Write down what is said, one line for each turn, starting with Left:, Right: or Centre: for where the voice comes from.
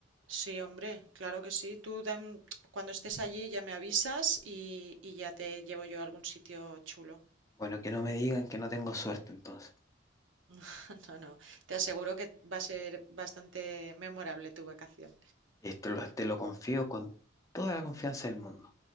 Right: Sí, hombre, claro que sí. Tú dan- cuando estés allí ya me avisas y, y ya te llevo yo a algún sitio chulo.
Left: Bueno, que no me digan que no tengo suerte entonces.
Right: <laughs> No, no, te aseguro que va a ser bastante memorable tu vacación.
Left: Esto lo- te lo confío con toda la confianza del mundo.